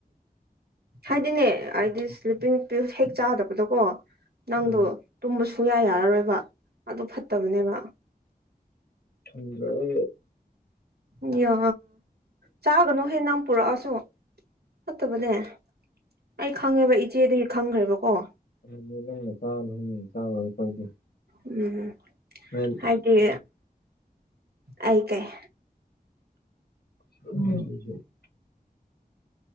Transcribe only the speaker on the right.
ꯍꯥꯏꯗꯤꯅꯦ ꯑꯩꯗꯤ ꯁ꯭ꯂꯤꯞꯄꯤꯡ ꯄꯤꯜ ꯍꯦꯛ ꯆꯥꯗꯕꯗꯣꯀꯣ ꯅꯪꯗꯣ
ꯇꯨꯝꯕ ꯁꯨꯌꯥ ꯌꯥꯔꯔꯣꯏꯕ ꯑꯗꯨ ꯐꯠꯇꯕꯅꯦꯕ
ꯑꯌꯥ ꯆꯥꯒꯅꯨ ꯍꯦ ꯅꯪ ꯄꯨꯔꯛꯑꯁꯨ ꯐꯠꯇꯕꯅꯦ ꯑꯩ ꯈꯪꯉꯦꯕ ꯏꯆꯦꯗꯒꯤ ꯈꯪꯈ꯭ꯔꯦꯕꯀꯣ
ꯎꯝ
ꯇꯦ ꯑꯩ ꯀꯩ